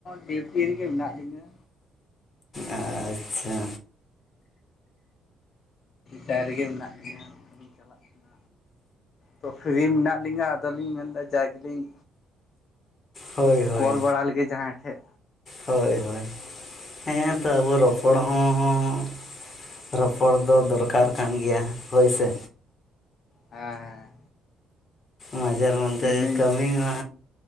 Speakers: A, on the left; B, on the left.
A: ᱰᱤᱩᱴᱤ ᱨᱮᱜᱮ ᱢᱮᱱᱟᱜ ᱞᱤᱧᱟᱹ᱾
B: ᱟᱪᱪᱷᱟ
A: ᱦᱮᱸ <inaudible> ᱨᱮᱜᱮ ᱢᱮᱱᱟᱜ ᱞᱤᱧᱟ ᱠᱟᱹᱢᱤ ᱪᱟᱞᱟᱜ ᱠᱟᱱᱟ᱾ ᱛᱚ ᱯᱷᱨᱤ ᱢᱮᱱᱟᱜ ᱞᱤᱧᱟᱹ ᱟᱫᱚᱞᱤᱧ ᱢᱮᱱ ᱮᱫᱟ ᱡᱟᱭ ᱜᱮ ᱞᱤᱧ᱾
B: ᱦᱳᱭ ᱦᱳᱭ
A: ᱠᱚᱞ ᱵᱟᱲᱟ ᱞᱟᱹᱜᱮ ᱡᱟᱦᱟᱸᱭ ᱴᱷᱮ᱾
B: ᱦᱳᱭ ᱦᱳᱭ ᱦᱮᱸ ᱛᱚ ᱟᱵᱚ ᱨᱚᱯᱚᱲ ᱦᱚᱸᱻ ᱨᱚᱯᱚᱲ ᱫᱚ ᱫᱚᱨᱠᱟᱨ ᱠᱟᱱ ᱜᱮᱭᱟ ᱦᱚᱹᱭ ᱥᱮ᱾
A: ᱦᱮᱸ
B: ᱢᱟᱡᱮᱨ ᱢᱚᱫᱽᱫᱷᱮ
A: ᱢᱮᱱᱫᱟᱹᱧ
B: ᱠᱟᱹᱢᱤ ᱢᱟ᱾